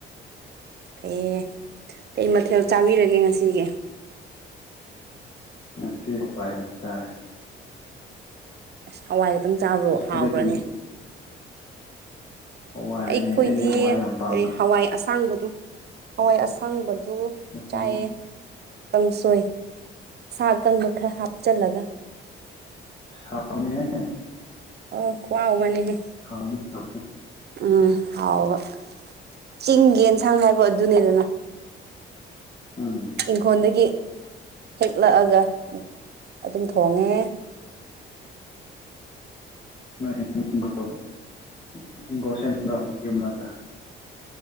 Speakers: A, on the right; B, on the left.
A: ꯐꯩꯌ‌ꯦ ꯀꯩ ꯃꯊꯦꯜ ꯆꯥꯕꯤꯔꯒꯦ ꯉꯁꯤꯒꯤ
B: ꯉꯁꯤ ꯍꯋꯥꯏ ꯑꯣꯏꯅ ꯆꯥꯔꯦ
A: ꯑꯁ ꯍꯋꯥꯏ ꯈꯛꯇꯪ ꯆꯥꯕ꯭ꯔꯣ
B: ꯁꯤꯁꯇꯔꯗꯤ
A: ꯍꯥꯎꯕ꯭ꯔꯅꯦ
B: ꯀꯔꯤ ꯍꯋꯥꯏꯅꯦ
A: ꯑꯩꯈꯣꯏꯗꯤ
B: ꯑꯩꯗꯤ ꯍꯋꯥꯏ ꯌꯥꯝ ꯄꯥꯝꯕ
A: ꯀꯩ ꯍꯋꯥꯏ ꯑꯁꯥꯡꯕꯗꯣ ꯍꯋꯥꯏ ꯑꯁꯥꯡꯕꯗꯨ
B: ꯑꯣ
A: ꯆꯥꯏꯌꯦ ꯀꯪꯁꯣꯏ ꯁꯥ ꯑꯀꯪꯕ ꯈꯔ ꯍꯥꯞꯆꯜꯂꯒ
B: ꯑꯁ ꯍꯥꯎꯅꯤꯍ‌ꯦ
A: ꯑꯣ ꯈꯨꯍꯥꯎ ꯑꯃꯅ‌ꯦꯍꯦ
B: ꯍꯥꯎꯅꯤ <unintelligible>
A: ꯎꯝ ꯍꯥꯎꯕ ꯆꯤꯡꯒꯤ ꯑꯦꯟꯁꯥꯡ ꯍꯥꯏꯕ ꯑꯗꯨꯅꯤꯗꯅ
B: ꯎꯝ
A: ꯏꯪꯈꯣꯟꯗꯒꯤ ꯍꯦꯛꯂꯛꯑꯒ ꯑꯗꯨꯝ ꯊꯣꯡꯉꯦ
B: <unintelligible> ꯍꯤꯡꯒꯣꯟ ꯁ‌ꯦꯝꯕ‌꯭ꯔ‌ꯣ ꯃꯌꯨꯝꯂꯛꯇ